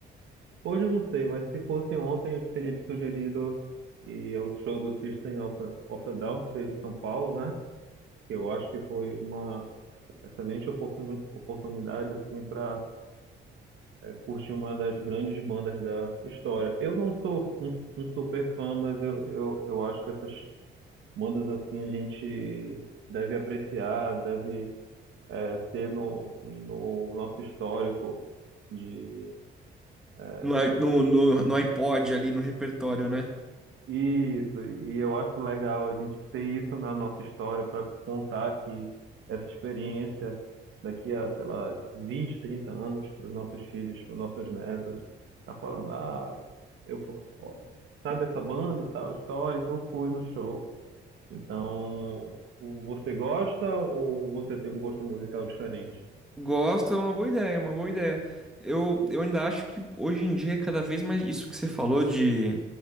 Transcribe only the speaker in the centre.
No, i- no, no, no iPod ali, no repertório, né?
Gosto, é uma boa ideia, é uma boa ideia. Eu, eu ainda acho que hoje em dia, é cada vez mais isso que você falou de